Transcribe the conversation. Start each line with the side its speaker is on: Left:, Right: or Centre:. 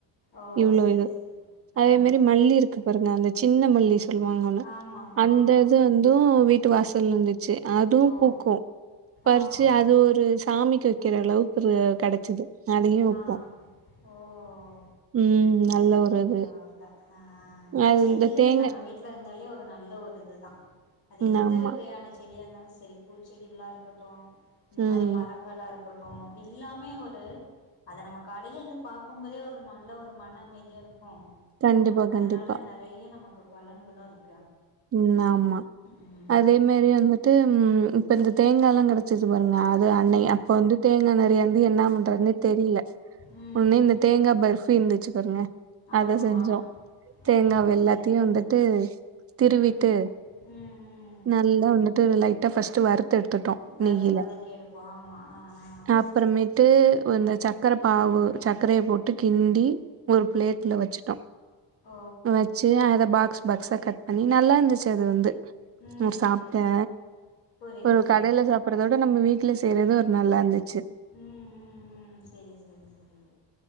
Left: ஓ
Right: இவ்ளவ்யிது
Left: சேரி சேரி
Right: அதேமாரி
Left: ஆ
Right: மல்லிருக்கு பாருங்க அந்த சின்ன மல்லி சொல்வாங்கஒன்னு
Left: ஆமா ஆமா
Right: அந்தது வந்தும் வீட்டு வாசல்லருந்தி அதுவு
Left: ஓ
Right: பூக்கு பறிச்சு
Left: ஆஹா
Right: அது ஒரு சாமிக்கு வைக்கிறளவுக்குரு கெடச்சிது அதயும் வைப்போ
Left: ஆ ஓ
Right: ம் நல்ல ஒரு
Left: பரவால்ல
Right: இது
Left: ஆ ஆனா
Right: அது
Left: செடிகள்
Right: இந்த தேங்க
Left: நம்ம வீட்டுலருந்தாலே ஒரு ஒரு நல்ல ஒரு இதுதா அது
Right: ம்
Left: எந்த
Right: ஆமா
Left: வகையான செடியாருந்தாலு ச சரி பூச்செடிகளாருக்கட்டு இந்த
Right: ம்
Left: மாரி மரங்களாறுக்கட் ட்டு எல்லாமே ஒரு அத நம காலையெலுந்து பாக்கும்போதே ஒரு நல்ல ஒரு மன அமைதியாருக்கு ம்
Right: கண்டிப்பா கண்டிப்பா
Left: அதனால நெறய நமக்கு பலன்களாருக்கு
Right: ம் ஆமா
Left: ம்
Right: அதே மாரி வந்துட் ட்டு இப்பயிந்த தேங்கால்லா கெடைச்சிச்சி பாருங்க அது அன்னை
Left: ம்
Right: அப்ப வந்து தேங்கநர் யந்து யென்ன பண்றதுன்னே தெரில
Left: ம்
Right: உனே
Left: ம்
Right: இந்த தேங்கா பர்ஃபியிருந்துச்சுபாருங்க அத
Left: ஆமா
Right: செஞ்சோ தேங்காவெல்லாத்தயு
Left: ஓ செரி செரி
Right: வந்துட்டு திருவிட்டு
Left: ம் ம் ம்
Right: நல்லா வந்துட்டு லைட் அ பாஸ்ட் வறுத்து எடுத்துட்டோ
Left: வறுத்து
Right: நெய்யில
Left: வதக்கி எடுப்போ ஆமா ஆ ஆ
Right: அப்புறமேட்டு சக்கர பாவு சர்கரையை போட்டு கிண்டி ஒரு பிளேட்டல வச்சுட்டோம்
Left: ஓ
Right: வச்சு அத பாக்ஸ் பகஸ கத்த <unintelligible> அண்ணி நல்லா இருந்துச்சு அது வந்து
Left: ம்
Right: உ சாப்ட்டே
Left: ம் ம் புரியுது
Right: ஒரு
Left: புரியுது
Right: கடைல சாப்படுறத விட நம்ம வீட்டு வீட்ல செய்யறது ஒரு நல்லா இருந்துச்சு
Left: ம் ம் ம் சரி சரி சரி